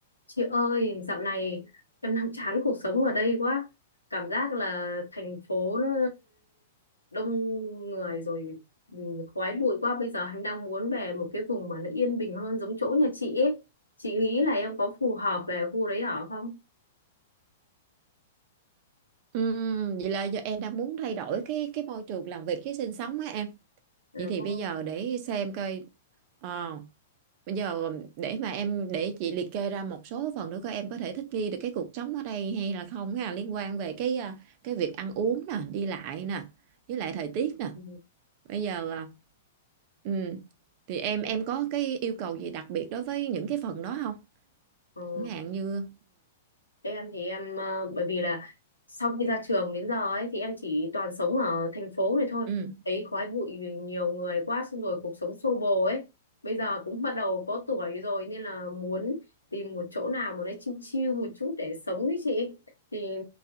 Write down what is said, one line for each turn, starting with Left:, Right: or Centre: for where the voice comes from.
Left: Chị ơi, dạo này em đang chán cuộc sống ở đây quá. Cảm giác là thành phố nó đông người rồi ừ, khói bụi quá. Bây giờ em đang muốn về một cái vùng mà nó yên bình hơn giống chỗ nhà chị ấy. Chị nghĩ là em có phù hợp về khu đấy ở không?
Right: Ừm, vậy là giờ em đang muốn thay đổi cái cái môi trường làm việc cái sinh sống á em.
Left: Ừ,
Right: Vậy thì
Left: không.
Right: bây giờ để xem coi ờ, bây giờ để mà em để chị liệt kê ra một số phần nữa coi em có thể thích nghi được cái cuộc sống ở đây hay là không ha liên quan về cái à, cái việc ăn uống nè, đi lại nè, với lại thời tiết nè.
Left: Ừ.
Right: Bây giờ à, ừm, thì em em có cái yêu cầu gì đặc biệt đối với những cái phần đó không?
Left: ừ.
Right: Chẳng hạn như
Left: em thì em ờ, bởi vì là sau khi ra trường đến giờ ấy thì em chỉ toàn sống ở thành phố này thôi
Right: ừ
Left: ấy khói bụi nhiều người quá xong rồi cuộc sống xô bồ ấy bây giờ cũng bắt đầu có tuổi rồi nên là muốn tìm một chỗ nào mà nó chill chill một chút để sống ấy chị thì